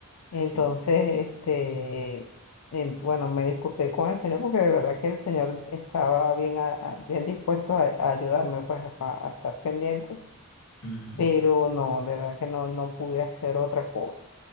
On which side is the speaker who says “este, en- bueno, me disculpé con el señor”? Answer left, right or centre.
Left